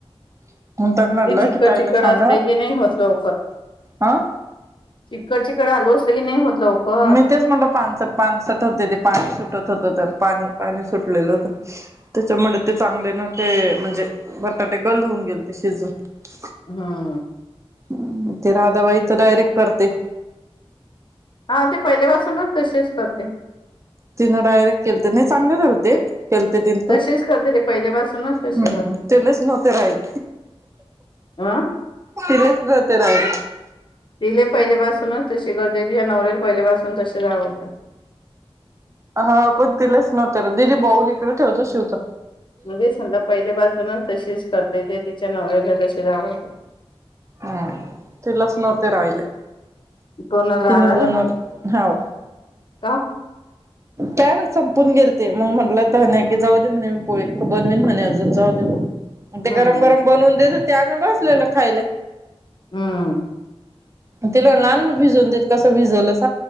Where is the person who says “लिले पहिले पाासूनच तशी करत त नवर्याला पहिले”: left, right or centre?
Left